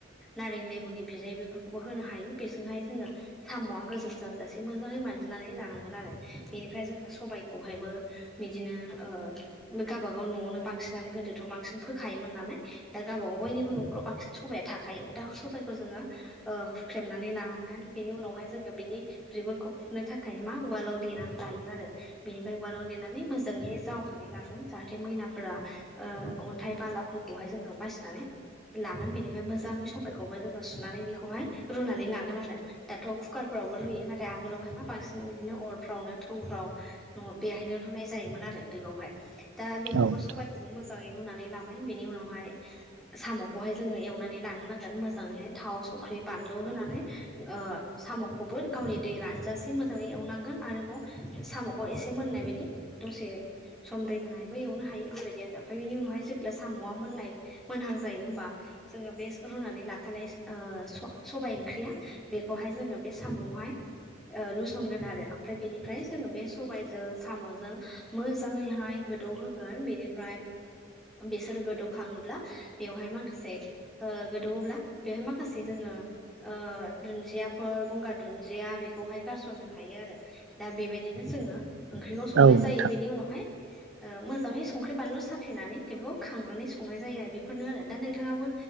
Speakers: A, in the centre; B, on the right (about 80°).
A: नारें लेबुनि बिदै बेफोरखौबो होनो हायो बेजोंहाय जोङो साम'आ गोजों जाजासे मोजाङै मानजि नानै लानांगोन आरो इनिफ्राय जोङो सबायखौहायबो बिदिनो ओ गाबागाव नआवनो बांसिनानो गोदोथ बांसिन फोखायोमोन नालाय दा गावबागाव बयनिबो नखराव बांसिन सबाया थाखायो दा सबायखौ जोङो हुख्रेमनानै लानांगोन बेनि उनावहाय जोङो बिनि बिगुरखौ फुनो था खाय मा उवालाव देनानै लायो आरो बेनिफाय उवालाव देनानै मोजाङैहाय जावनानै लाागोन जाहाथे मै लाफोरा ओ अनथाइ बालाफोरखौहाय जोङो बासिनानै लागोन बिनिफाय मोजाङै सु सबायखौबो जोङो सुनानै बेखौहाय रुनानै लागोन आरो दाथ' कुकार फोरावबो रुयो नाथाय आगोलावहाय मा बा बांसिन बिदिनो अरफ्रावनो थौफ्राव न बेहायनो रुनाय जायोमोन आरो दोआवहाय दा बेखौबो
B: औ नोंथां
A: सबायखौबो मोजाङै रुनानै लाबाय बेनि उनावहाय साम'खौहाय जोङो एवनानै लानो नां गोन मोजाङैहाय थाव संख्रि बानलु होनानै ओ साम'खौबो गावनि दै रानजासेम मोजाङै एवनांगोन आरोबाव साम'खौ एसे मोननाय बायदि दसे सम दै होनानै बै एव हायो बेबायदि आरो ओमफाय बेनि उनावहाय जेब्ला साम'आ मोननाय मोनहां जायो होमबा जोङो बे रुनानै लाखानाय ओ स-सबाय ओंख्रिया बेखौहाय जोङो बे साम'आवहाय ओ लुसनगोन आरो ओमफ्राय बेनिफ्राय जोङो बे सबायजों साम'जों मोजाङैहाय गोदौ होगोन बेनिफ्राय बिसोर गोदौखाङोब्ला बेवहाय माखासे ओ गोदौओब्ला बेवहाय माखासे जोङो ओ दुनजियाफोर गंगार दुनजिया बे -खौहाय गारसननो हायो आरो दा बेबायदिनो जोङो ओंख्रिखौ संनाय
B: औ
A: जायो
B: नोंथां
A: बेनि उनावहाय ओ मोजाङै संख्रि बानलु साख्रिनानै बेफोरखौ खांनानै संनाय जायो आरो बेफोरनो आरो दा नोंथाङाबो